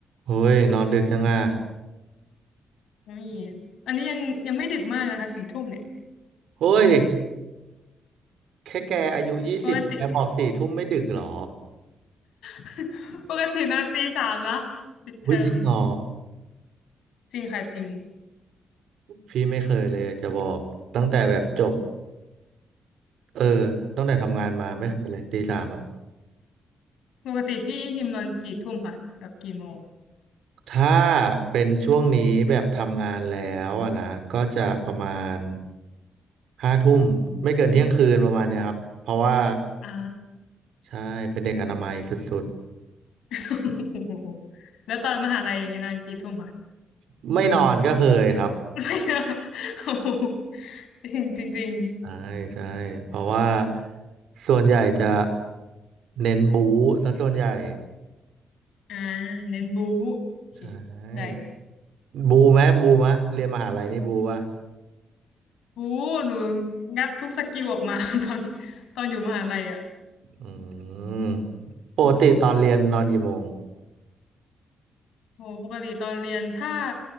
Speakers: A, on the right (about 80°); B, on the left (about 85°).
A: เฮ้ยนอนดึกจังอ่ะ
B: อุ้ยอันนี้ยังยังไม่ดึกมากนะคะสี่ทุ่มเนี่ย
A: เฮ้ยแค่แกอายุยี่สิบแกบอกสี่ทุ่มไม่ดึกเหรอ
B: ปกติ <laughs> ปกตินอนตีสามนะปิดเทอม
A: อุ้ยจริงเหรอ
B: จริงค่ะจริง
A: พี่ไม่เคยเลยอยากจะบอกตั้งแต่แบบจบเออตั้งแต่ทำงานมาไม่เคยเลยตีสามอะ
B: ปกติพี่ฮิมนอนกี่ทุ่มค่ะแบบกี่โมง
A: ถ้าเป็นช่วงนี้แบบทำงานแล้วอะนะก็จะประมาณห้าทุ่มไม่เกินเที่ยงคืนประมาณเนี้ยครับเพราะว่า
B: อ่า
A: ใช่เป็นเด็กอนามัยสุด
B: <laughs> แล้วตอนมหาลัยอย่างเงี้ยนอนกี่ทุ่มค่ะ
A: ๆไม่นอนก็เคยครับ
B: <laughs> โอ้โห <laughs> จริงจริงจริง
A: ใช่ใช่เพราะว่าส่วนใหญ่จะเน้นบู๊ซะส่วนใหญ่
B: อ่าเน้นบู๊โอเค
A: ใช่
B: ใจ
A: บูไหมบูไหมเรียนมหาลัยนี่บูป่ะ
B: บู๊หนูงัดทุกสกิลออกมา <laughs> ตอนตอนอยู่มหาลัยอ่ะ
A: อืมปกติตอนเรียนนอนกี่โมง
B: โหปกติตอนเรียนถ้า